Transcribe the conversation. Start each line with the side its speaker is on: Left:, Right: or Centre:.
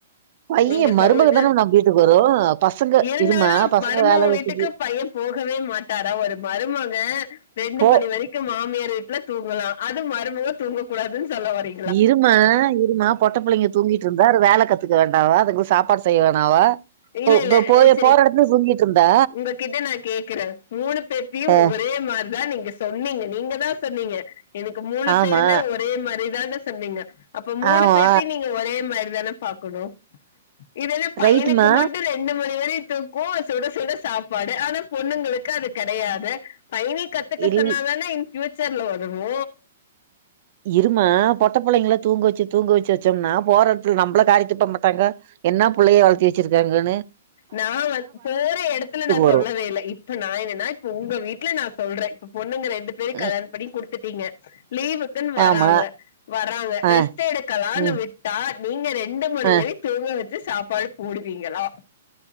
Right: பைய
Left: நீங்க
Right: மருமக
Left: சொல்லுங்க
Right: தான நம்ம வீட்டுக்கு வரு பசங்க
Left: இருந்தாலு
Right: இருமா பசங்க
Left: மருமவ
Right: வேல வெட்டிக்கு
Left: வீட்டுக்கு பையே போகவே மாட்டாரா ஒரு மருமகே ரெண்டு
Right: போ
Left: மணி வரை க்கு மாமியார் வீட்ல தூங்கலா அது மருமவ தூங்க கூடாதுன் சொல்ல வரி
Right: இருமா இருமா பொட்ட புள்ளைங்க தூங்கிட்ருந்தா ஒரு வேல கத்துக்க வேண்டாவா அதுங்ளுக்கு சாப்பாடு செய்ய வேணாவா
Left: இல்லெல்ல
Right: போ போ போய்
Left: ஆ செரி
Right: போற இடத்துல தூங்கிட்டு இருந்தா.
Left: உங்ககிட்ட நா கேக்குறே மூனு பேத்தையு
Right: அ
Left: ஒரே மார் தா நீங்க சொன்னீங்க நீங்க தா சொன்னீங்க எனக்கு மூனு
Right: ஆமா,
Left: பேருமே ஒரே மாரி தானு சொன்னீங்க அப்ப மூனு
Right: ஆமா.
Left: பேத்தையு நீங்க ஒரே மாரி தானே பாக்கனு இது என்ன பையனுக்
Right: ரைட்டுமா.
Left: ரெண்டு மணி வரையு தூக்கோ சுட சுட சாப்பாடு ஆனா பொண்ணுங்களுக்கு அது கெடயாது பைய்னி கத்துக்க
Right: இல்
Left: சொன்னா தானே இன் ஃப்யூச்சர்ல ஒதவு
Right: இருமா பொட்ட புள்ளைங்ள தூங்க வச்சு தூங்க வச்சு வச்சம்னா போற எடத்துல நம்ள காரி துப்ப மாட்டாங்க என்னா புள்ளய வளத்தி வெச்சிருக்கங்கன்னு
Left: நா வந் போற எடத்துல நா சொல்லவே
Right: வரும்.
Left: இல்ல இப்ப நா என்னனா இப்ப உங்க வீட்ல நா சொல்றே ப்ப பொண்ணுங்க ரெண்டு பேரயு கல்யாணொ
Right: ம்.
Left: பண்ணி குடுத்துட்டீங்க லீவு க்குன் வராங்க
Right: ஆமா.
Left: வராங்க
Right: அ,
Left: ரெஸ்ட் எடுக்கலான்
Right: ம்,
Left: விட்டா நீங்க ரெண்டு மணி
Right: அ.
Left: வரி தூங்க வச்சு சாப்பாடு போடுவீங்களா